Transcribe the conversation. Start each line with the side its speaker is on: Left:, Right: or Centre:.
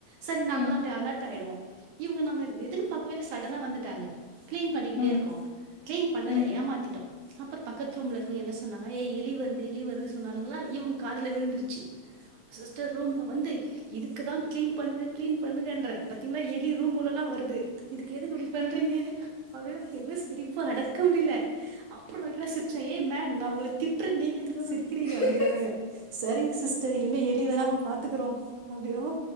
Right: சரி
Left: ம்
Right: நாங்கள அப்ப அலர்ட் ஆயிடுவோ இவுங்க நாங்க எதிர்பார்க்கவே சடனா வந்துட்டாங்க கிளீன் பண்ணிக்கிட்டே
Left: ம்
Right: இருக்கோ கிளீன் பண்ணல
Left: ம்
Right: ஏமாத்திட்டோ அப்புறம் பக்கத்து ரூமுல இருக்கவுங்க என்ன சொன்னாங்க ஏ எலி வருது எலி வருது சொன்னாளுங்களா இவுங்க காதல விழுந்துருச்சு சிஸ்டர் ரூம்ல வந்து இதுக்குதா கிளீன் பண்ணுங்க கிளீன் பண்ணுங்கன்றே பத்தீங்கனா எலி ரூம் உள்ளலா வருது இதுக்கு எதுக்கு இப்டி பண்றீங்க அப்படின் என்ன சொ சிரிப்ப அடக்க முடில அப்புறோ நாங்கலா சிரிச்சோ ஏ மேன் நா உங்கள திட்ற டீ
Left: ம்
Right: சிரிக்கிறீங்க அப்படிதாங்க சரிங்க சிஸ்டர் இனிமே ஏ எலி வராம பாத்துக்கறோ அப்டின்னோ